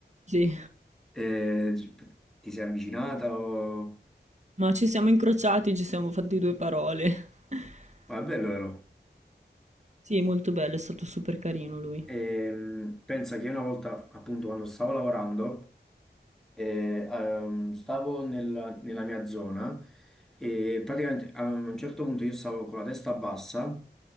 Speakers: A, on the right; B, in the centre.
A: Sì.
B: Eh, ti sei avvicinata o...
A: Ma ci siamo incrociati, ci siamo fatti due parole. <laughs>
B: Ma è bello però.
A: Sì, molto bello, è stato super carino lui.
B: Ehm, pensa che una volta, appunto, quando stavo lavorando, eh, ehm, stavo nel- nella mia zona e praticamente a un certo punto io stavo con la testa bassa,